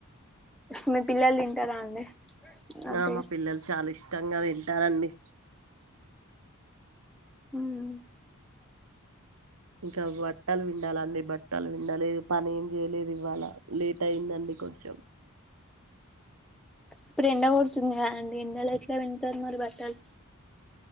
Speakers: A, in the centre; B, on the right.
A: మీ పిల్లలు తింటారా అండి అంటే
B: ఆ మా పిల్లలు చాలా ఇష్టంగా తింటారండి
A: హ్మ్
B: ఇంకా బట్టలు పిండాలండి బట్టలు పిండలేదు పని ఏం చేయలేదు ఇవాళ లేట్ అయిందండి కొంచెం
A: ఇప్పుడు ఎండ కొడుతుంది కదా అండి ఎండలో ఎట్లా పిండుతారు మరి బట్టలు